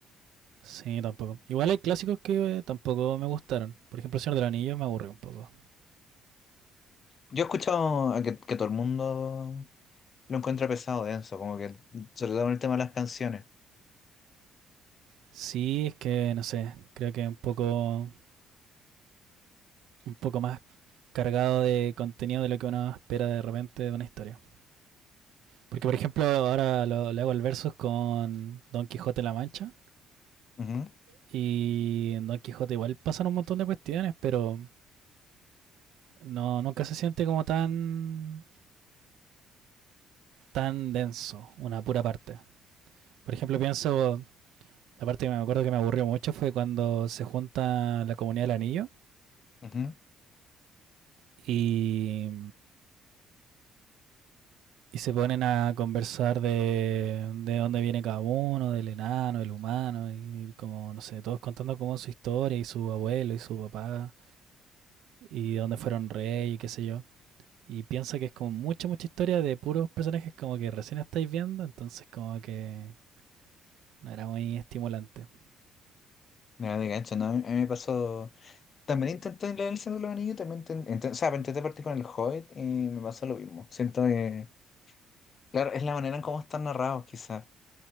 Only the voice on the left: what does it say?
Yo he escuchado a que, que todo el mundo lo encuentra pesado, denso, como que, sobre todo en el tema de las canciones.
Ujú,
ujú.
Nada de gancho, ¿no? A mí me pasó. También intenté leer El Señor de los Anillos, también inten- inten- o sea, intenté partir con El Hobbit y me pasó lo mismo. Siento que. Claro, es la manera en cómo están narrados, quizás.